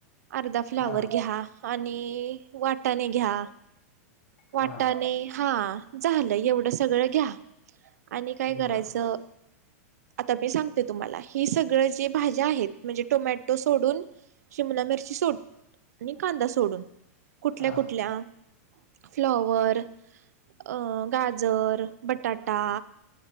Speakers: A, on the right (about 80°); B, on the left (about 60°).
A: अर्धा फ्लावर
B: हां,
A: घ्या आणि वाटाने घ्या, वाटाणे
B: हां.
A: हा झालं एवढं सगळं घ्या आणि काय करायचं?
B: बरं.
A: आता मी सांगते तुम्हाला हे सगळ जे भाज्या आहेत, म्हणजे टोमॅटो सोडून शिमला मिरची सोड आणि कांदा सोडून, कुठल्या
B: हां,
A: कुठल्या फ्लॉवर अ, गाजर, बटाटा